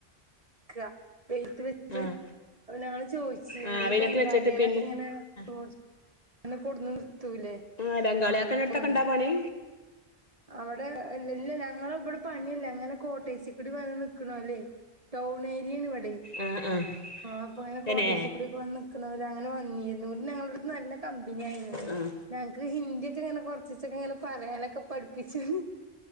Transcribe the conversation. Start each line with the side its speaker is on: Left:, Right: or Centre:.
Right: ക്കാ വെയിലത്ത് വെച്ച്
Left: ആഹ്
Right: അത്പോലെ ഞങ്ങള് ചോയിച്ചിന്ന്
Left: ആഹ്
Right: ഈ
Left: വെയിലത്ത്
Right: ബംഗാളികളൊക്കെങ്ങനെ
Left: വെച്ചിട്ട് പിൻ ആ
Right: റോ അങ്ങനെ കൊട്ന്ന് നിർത്തൂലേ
Left: ആ ബംഗാളിയാക്കടുത്തൊക്കെ
Right: അ പോലെ
Left: ഇണ്ടാ പണി
Right: അവടെ ഇല്ല ഞങ്ങളെബടെ പണില്ലേ അങ്ങനെ കോട്ടേയ്സി കൂടി വന്ന് നിക്ക്ണോല്ലേ ടൗൺ ഏര്യാണ് ഇവ ടെ
Left: ആഹ് ആഹ്
Right: ആ അപ്പങ്ങനെ
Left: തന്നെ
Right: കോട്ടേയ്സി കൂടിയൊക്കെ വന്ന് നിക്ക്‌ണോല് അങ്ങനെ വന്നീന്നു ഞങ്ങളട്ത്ത് നല്ല കമ്പനിയ്നു
Left: ആഹ്
Right: ഞങ്ങക്ക് ഹിന്ദിയൊക്കെങ്ങനെ കൊറച്ചീച്ചേ പറേനൊ പഠിപ്പിച്ച്